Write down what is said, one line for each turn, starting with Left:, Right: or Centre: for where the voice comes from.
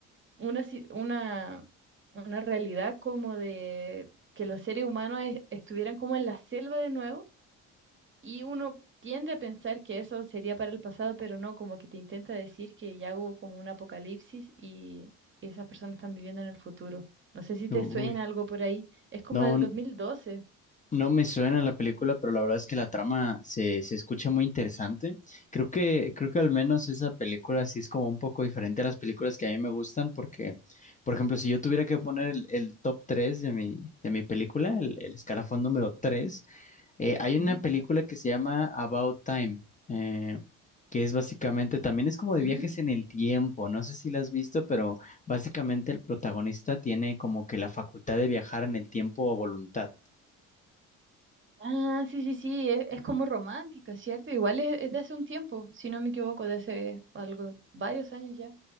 Right: una, ci- una, una realidad como de que los seres humanos es- estuvieran como en la selva de nuevo, y uno tiende a pensar que eso sería para el pasado, pero no, como que te intenta decir que ya hubo como un apocalipsis y, y esas personas están viviendo en el futuro. No sé si
Left: Uy,
Right: te suena algo por ahí. Es como
Left: no,
Right: del 2012.
Left: No me suena la película, pero la verdad es que la trama se, se escucha muy interesante. Creo que, creo que al menos esa película sí es como un poco diferente a las películas que a mí me gustan, porque, por ejemplo, si yo tuviera que poner el, el top 3 de mi, de mi película, el, el escalafón número 3, eh, hay una
Right: ¿Mm?
Left: película que se llama About Time, eh, que es básicamente, también es como
Right: ¿Mm?
Left: de viajes en el tiempo, no sé si la has visto, pero básicamente el protagonista tiene como que la facultad de viajar en el tiempo a voluntad.
Right: Ah, sí, sí, sí, es, es como romántica, ¿cierto? Igual es, es de hace un tiempo, si no me equivoco, de hace algo, varios años ya.